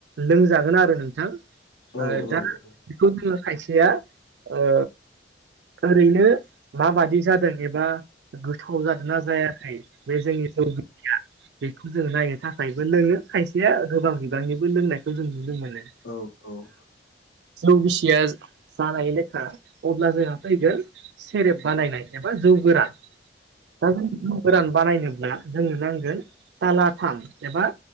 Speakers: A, on the right; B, on the left.
A: लोंजागोन आरो नोंथां
B: औ
A: ओ
B: औ औ
A: दा बेखौ जोङो खायसेया ओ ओरैनो माबादि जादों एबा गोथाव जादोंना जायाखै बे जोंनि जौ बेखौ जों नायनो थाखायबो लोङो खायसेया गोबां बिबांनिबो लोंनाय खौ जों नुनो मोनो
B: औ औ
A: जौ गिसिया जानाय लेखा अब्ला जोंहा फैगोन सेरेब बानायनाय एबा जौ गोरान दा जों जौ गोरान बानायनोब्ला जोंनो जानगोन तालाथाम एबा